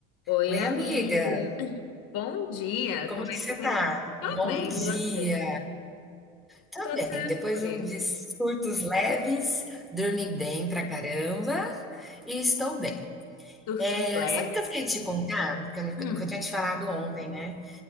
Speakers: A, on the left; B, in the centre.
A: Oi,
B: Oi,
A: amiga.
B: amiga,
A: <laughs> Bom dia.
B: como
A: Como
B: que
A: é
B: você
A: que você?
B: tá?
A: tá?
B: Bom
A: Tô bem,
B: dia.
A: e você?
B: Tá
A: Tô tranquila.
B: bem, depois de um de surtos leves, dormi bem pra caramba e estou bem.
A: Surtos
B: É,
A: leves.
B: sabe o que eu fiquei de te contar? Que eu,
A: Hum,
B: que eu tinha te falado ontem, né?